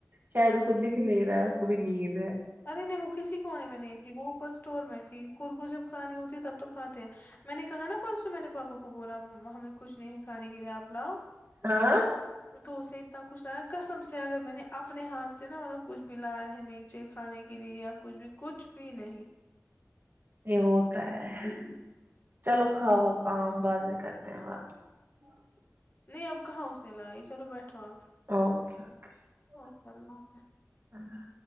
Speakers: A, on the right (about 40°); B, on the left (about 40°).
A: شاید اس کو دکھ نہیں رہا ہے اس کو بھی نیند ہے <unintelligible>
B: ارے نہیں وہ کسی کونے میں نہیں تھی وہ اوپر اسٹور میں تھی خور کو جب کھانی ہوتی ہے تب تو کھاتے ہیں میں نے کہا نا پرسوں میں نے پاپا کو بولا ہمیں کچھ نہیں ہے کھانے کے لیے آپ لاؤ
A: ہاں <unintelligible>
B: تو اس نے اتنا کچھ لا کسم سے اگر میں نے اپنے ہاتھ سے نا مطلب کچھ بھی لایا ہے نیچے کھانے کے لیے یا کچھ بھی کچھ بھی نہیں
A: یہ ہو <unintelligible> پ <unintelligible>
B: ہوں
A: چلو کھاؤو عام بعد میں کرتے ہیں بات <unintelligible>
B: نہیں اب کہاں اس نے لائی چلو بیٹھو آپ <unintelligible>
A: اوکے اوکے <unintelligible>
B: اوکےو <unintelligible>
A: ہ <unintelligible>